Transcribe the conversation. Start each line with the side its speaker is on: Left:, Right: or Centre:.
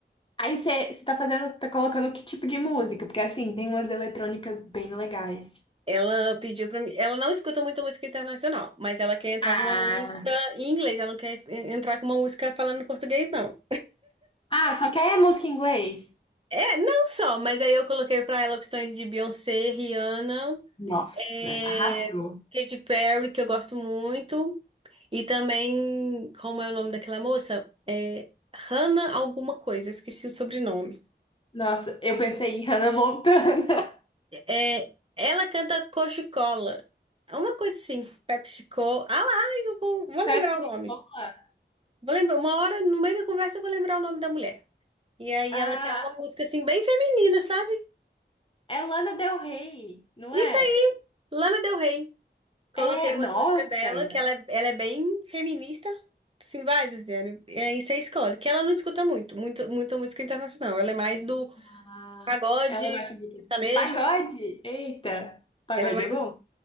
Left: Aí você você tá fazendo, tá colocando que tipo de música? Porque assim, tem umas eletrônicas bem legais.
Right: Ela pediu pra mim. Ela não escuta muita música internacional, mas ela quer entrar
Left: Ah,
Right: com uma música em inglês. Ela não quer es- entrar com uma música falando em português, não.
Left: ah, só quer música em inglês?
Right: É, não só, mas aí eu coloquei pra ela opções de Beyoncé, Rihanna,
Left: Nossa,
Right: é,
Left: arrasou.
Right: Katy Perry, que eu gosto muito. E também, como é o nome daquela moça? É, Hannah alguma coisa, eu esqueci o sobrenome.
Left: Nossa, eu pensei em Hannah Montana. <laughs>
Right: É, ela canta Coca-Cola. É uma coisa assim, PepsiCo. Ah lá, eu vou, vou
Left: Pepsi
Right: lembrar o nome.
Left: Cola?
Right: Vou lembrar, uma hora, no meio da conversa, eu vou lembrar o nome da mulher. E aí
Left: Ah,
Right: ela quer uma música assim, bem feminina, sabe?
Left: é Lana Del Rey, não
Right: Isso
Left: é?
Right: aí, Lana Del Rey.
Left: É,
Right: Coloquei uma
Left: nossa.
Right: música dela, que ela é, ela é bem feminista. Sim, vai, Luciane. E aí você escolhe. Que ela não escuta muito, muito, muita música internacional. Ela é mais do
Left: Ah,
Right: pagode,
Left: ela gosta de quê?
Right: sertanejo.
Left: Pagode? Eita, pagode
Right: Ela é mais
Left: é bom.
Right: do